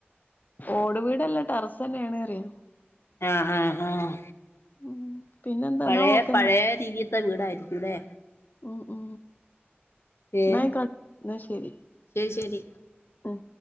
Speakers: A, on the left; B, on the left.
A: ഓട് വീടല്ലാ ടെറസ്ന്നെയാണ് പറയാ
B: ആഹ ആഹ ആഹ
A: ഉം പിന്നെന്താ
B: പഴയ
A: ഇന്നാ ഓക്കെ
B: പഴയ രീതിത്തെ വീടായിരിക്കുംല്ലെ
A: ഓ ഓ
B: ഏ
A: നാഅയി കാ എന്നാ ശരി
B: ശരി ശരി
A: ആഹ